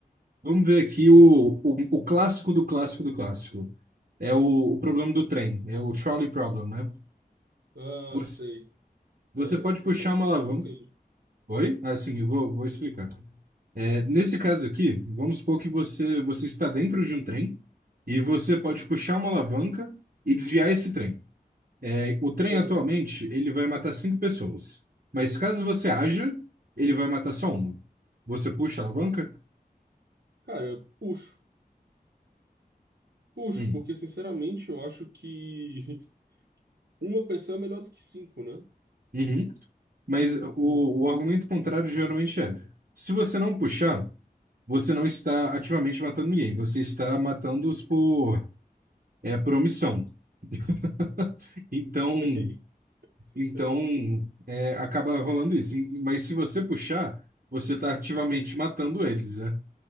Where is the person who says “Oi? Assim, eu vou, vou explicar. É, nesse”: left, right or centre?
Right